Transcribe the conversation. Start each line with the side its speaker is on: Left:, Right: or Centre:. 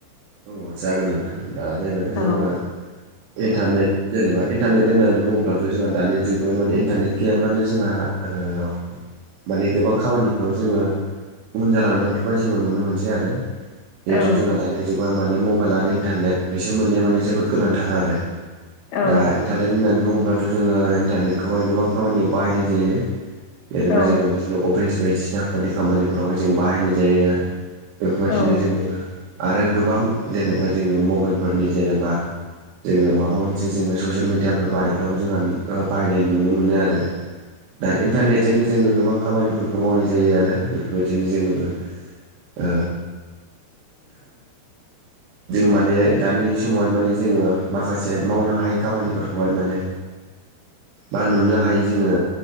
Right: औ जागोन नोंथां दा जेनेबा जोङो
Left: औ
Right: इन्टारनेट जेनेबा इन्टारनेट होननानै बुङोब्लाथ' जोंहा दानि जुगाव माने इन्टारनेट गैयाब्लानो जोंहा ओ माने गोबां खामानिफ्राव जोङो उन जालांनायफोरखौहाय जोङो नुनो मोनसै आरो। जिहेथु
Left: औ
Right: जोंहा दानि जुगावहाय माने मबेल आरो इन्टारनेट बेसोर मोनैया माने जोबोद गोनांथार आरो।
Left: औ
Right: दा इन्टारनेट होननानै बुङोब्लाथ' जोङो इन्टारनेटखौहाय गोबां खामानियाव बाहायनाय जायो। जेनेबा
Left: औ
Right: जोङो बिदिनो अफिस बायदिसिनाफोरनि खामानिफोरावहाय जों बाहायनाय जायो। बेफोरबायदिनो
Left: औ
Right: जोङो आरो गोबां जेनेबा जोङो मबेलफोरनि जेनेबा जोङो माबा मोनसे जोङो ससियेल मिडियाफोर बानायफ्रावबो जोङो बाहायनाय नुनो मोनो आरो। दा इन्टारनेटजोंनो जोङो गोबां खामानिफोरखौ मावनाय जायो आरो बेफोरबायदिनो जोङो ओ जों माने दानि समावहाय माने जोङो माखासे मावनो हायै खामानिफोरखौहाय माने
Left: <inaudible>
Right: बा नुनो हायो जोङो